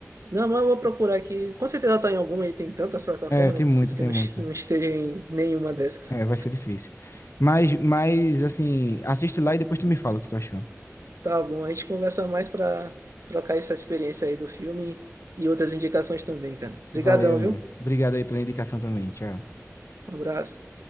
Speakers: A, on the right (about 70°); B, on the left (about 55°).
A: Não, mas eu vou procurar aqui. Com certeza tá em alguma aí. Tem tantas plataformas,
B: É, tem
A: não é
B: muita,
A: possível que
B: tem
A: não
B: muita.
A: est- não esteja em nenhuma dessas.
B: É, vai ser difícil. Mas, mas, assim, assiste lá e depois tu me fala o que tu achou.
A: Tá bom, a gente conversa mais pra trocar essa experiência aí do filme e outras indicações também, cara. Obrigadão,
B: Valeu, mano.
A: viu?
B: Obrigado aí pela indicação também. Tchau.
A: Um abraço.